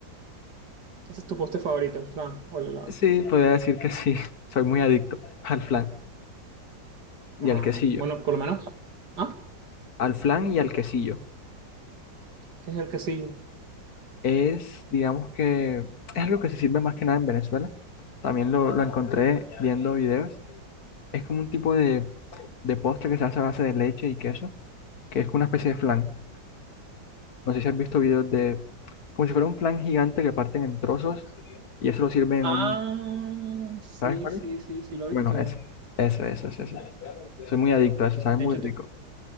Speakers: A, on the right; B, on the left.
A: ¿Ese es tu postre favorito, el flan o el helado?
B: Sí, podría decir que sí. <laughs> Soy muy adicto al flan y
A: Ah,
B: al quesillo.
A: bueno, por lo menos. Ah,
B: al flan y al quesillo.
A: este es el que sigue.
B: Es, digamos que, es algo que se sirve más que nada en Venezuela. También lo, lo encontré viendo videos. Es como un tipo de, de postre que se hace a base de leche y queso, que es una especie de flan. No sé si has visto videos de, como si fuera un flan gigante que parten en trozos y eso lo sirven en
A: Ah,
B: un,
A: sí,
B: ¿sabes cuál
A: sí,
B: es?
A: sí, sí, lo
B: Bueno,
A: he visto.
B: eso, eso, eso, eso, eso. Soy muy adicto a eso, sabe
A: De
B: muy
A: hecho, te-
B: rico.